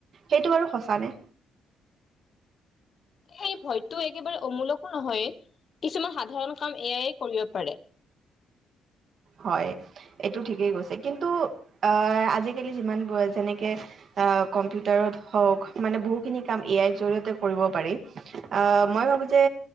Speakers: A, on the right; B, on the left.
A: সেইটো বাৰু সঁচা নে?
B: সেই ভয়তো একেবাৰে অমূলকো নহয় কিছুমান সাধাৰণ কাম এয়াইে কৰিব পাৰে।
A: হয় এইটো ঠিকেই কৈছে। কিন্তু আহ আজিকালি যিমান হয় যেনেকে অ কম্পিউটাৰত হওক মানে বহুখিনি কাম এ আইৰ জৰিয়তে কৰিব পাৰি। অ মই ভাবো যে